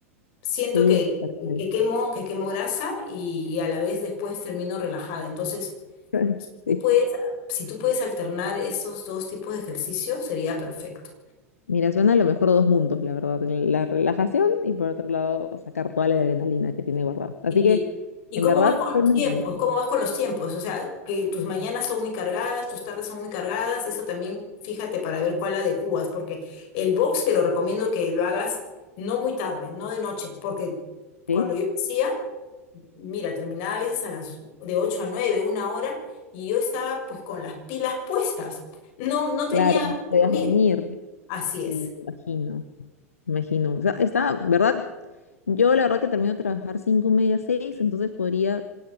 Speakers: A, on the left; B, on the left.
A: Siento
B: Sí,
A: que,
B: tal cual.
A: que quemo, que quemo grasa y, y a la vez después termino relajada, entonces
B: <laughs>
A: tú
B: Sí.
A: puedes, si tú puedes alternar esos dos tipos de ejercicio, sería perfecto.
B: Mira, suena a lo mejor dos mundos, la verdad. La relajación y por otro lado sacar toda la adrenalina que tiene guardado. Así
A: ¿Y,
B: que,
A: y
B: en
A: cómo
B: verdad,
A: vas con los
B: suena
A: tiempos?
B: bien,
A: ¿Cómo vas con los tiempos? O sea, que tus mañanas son muy cargadas, tus tardes son muy cargadas, eso también fíjate para ver cuál adecuas, porque el box te lo recomiendo que lo hagas no muy tarde, no de noche, porque
B: ¿sí?
A: cuando yo lo hacía, mira, terminaba a veces a las de 8 a 9 una hora, y yo estaba pues con las pilas puestas. No, no tenía
B: Claro,
A: ganas
B: no
A: de
B: te dejas
A: dormir.
B: dormir,
A: Así es.
B: Sí, imagino, imagino. O sea, está, ¿verdad? Yo la verdad que termino de trabajar cinco y media, seis, entonces podría